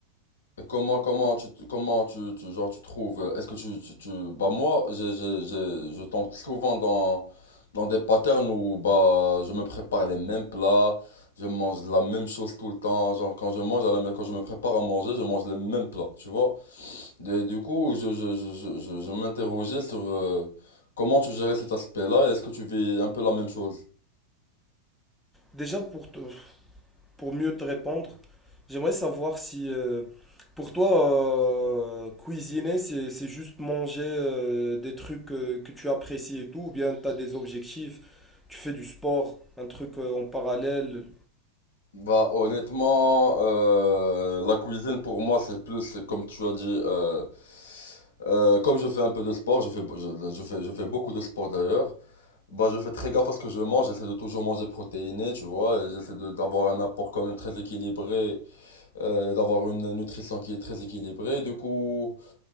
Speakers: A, on the left; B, in the centre.
A: Comment, comment tu, comment tu, tu- genre, tu trouves, euh, est-ce que tu, tu, tu- bah, moi, je, je, je, je tombe souvent dans, dans des patterns où, bah, je me prépare les mêmes plats, je mange la même chose tout le temps, genre, quand je mange à la, ma- quand je me prépare à manger, je mange les mêmes plats, tu vois. Et du coup, je, je, je, je, je- je m'interrogeais sur, euh, comment tu gérais cet aspect-là, et est-ce que tu vis un peu la même chose?
B: déjà, pour, te- pour mieux te répondre, j'aimerais savoir si euh, pour toi, euh, cuisiner, c'est, c'est juste manger euh, des trucs euh, que tu apprécies et tout, ou bien tu as des objectifs, tu fais du sport, un truc euh, en parallèle.
A: Bah honnêtement, euh, la cuisine pour moi c'est plus comme tu as dit, euh, euh, comme je fais un peu de sport, je fais, je, je fais, je fais beaucoup de sport d'ailleurs, bah je fais très gaffe à ce que je mange, j'essaie de toujours manger protéiné, tu vois, et j'essaie de- d'avoir un apport quand même très équilibré, euh, d'avoir une nutrition qui est très équilibrée, du coup,